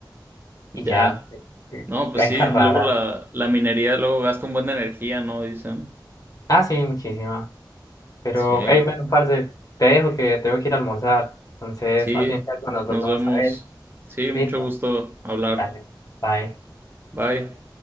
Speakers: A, on the right; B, on the left.
A: Ya.
B: y ya, eh,
A: No, pues
B: vainas
A: sí, luego
B: raras.
A: la, la minería luego gasta un buen de energía, ¿no? Dicen.
B: Ah, sí, muchísima. Pero,
A: Sí,
B: hey, bueno, parce, te dejo que tengo que ir a almorzar, entonces
A: sí,
B: más bien si algo nos volvemos
A: nos vemos.
B: a ver.
A: Sí, mucho
B: Listo,
A: gusto hablar.
B: dale, bye.
A: Bye.